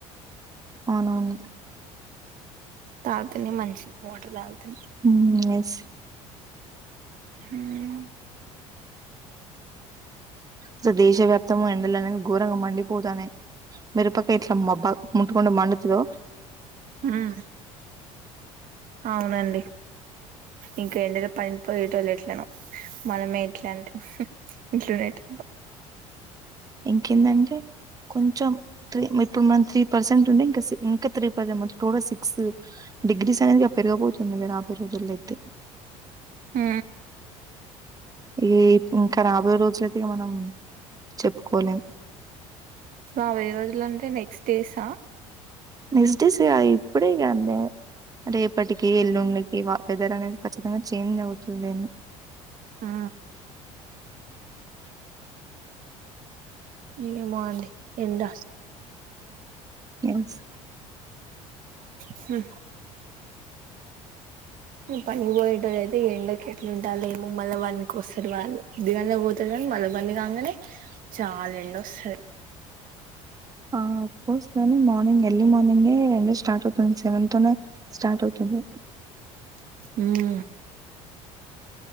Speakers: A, on the right; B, on the right.
A: అవునవును
B: తాగితేనే మంచిది వాటర్ తాగితేనే
A: మ్ ఎస్
B: మ్
A: సో దేశవ్యాప్తము ఎండలు అనేది ఘోరంగా మండిపోతానే మిరుపక్కయ్ ఇట్లా మబ్బా ముట్టుకుంటే మండుతాదొ
B: మ్ అవునండి ఇంకా ఏంటో పనిపోయేటోళ్ళు ఎట్లన మనమే ఎట్లా అంటే ఇట్లునేట్ <inaudible>
A: ఇంకేందంటే కొంచెం త్రీ ఇప్పుడు మన త్రీ పర్సెంట్ ఉండే ఇం ఇంకా త్రీ పర్సెంట్ మ టోటల్ సిక్స్ డిగ్రీస్ అనేది పెరిగబొతు ఇగ రాబోయే రోజుల్లో అయితే
B: ఉ
A: ఈ ఇంకా రాబోయ రోజులయితేగా మనం చెప్పుకోలేం
B: మా వెయ్యి రోజులు అంటే నెక్స్ట్ డేస
A: నెక్ డేస్ ఇప్పుడే కాం రేపటి కి ఎల్లుండి ఈ వ వెదర్ అనేది ఖచ్చితంగా చేంజ్ అవుతుంది అని
B: ఉ అ ఎర్లీ మార్నింగ్ ఎండ
A: ఎన్స్
B: స <unintelligible> పనికి పోయటోళ్లు అయితే ఎండకి ఎట్లా ఉంటాల్లో ఏమో మళ్ళా ఒన్ కి వస్తరు వాళ్ళు పొద్దగాల్నే పోతరు కా మల్ల వన్ కాంగానే చాలా ఎండొస్తది
A: అ ఆఫకోర్స్ కని మార్నింగ్ ఎర్లీ మార్నింగే ఎండ స్టార్ట్ అవుతుంది సెవెన్ తనే స్టార్ట్ అవుతుంది
B: ఆ